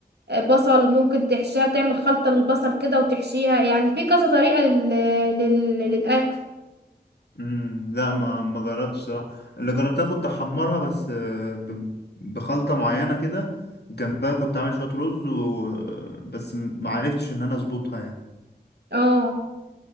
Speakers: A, on the right; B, on the left.
A: آه، بصل ممكن تحشيها تعمل خلطة للبصل كده وتحشيها يعني في كذا طريقة لل... لل... للأكل
B: مم. لا ما ما جربتش صراحة اللي جربتها كنت أحمرها بس آه، ب- بخلطة معينة كده جنبها كنت عامل شوية رز و... آه، بس ما عرفتش إن أنا أظبطها يعني
A: اه